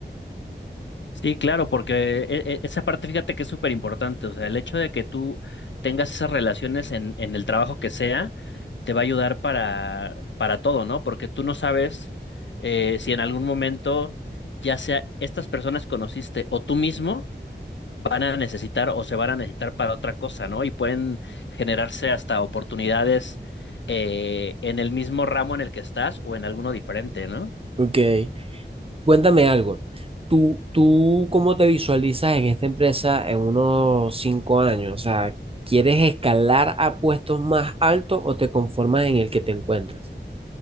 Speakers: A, on the left; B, on the right.
A: Sí, claro, porque e- e- esa parte fíjate que es súper importante, o sea, el hecho de que tú tengas esas relaciones en, en el trabajo que sea, te va a ayudar para, para todo, ¿no? Porque tú no sabes eh, si en algún momento, ya sea estas personas que conociste o tú mismo, van a necesitar o se van a necesitar para otra cosa, ¿no? Y pueden generarse hasta oportunidades eh, en el mismo ramo en el que estás o en alguno diferente, ¿no?
B: Ok. Cuéntame algo. ¿Tú, tú cómo te visualizas en esta empresa en unos cinco años? O sea, ¿quieres escalar a puestos más altos o te conformas en el que te encuentras?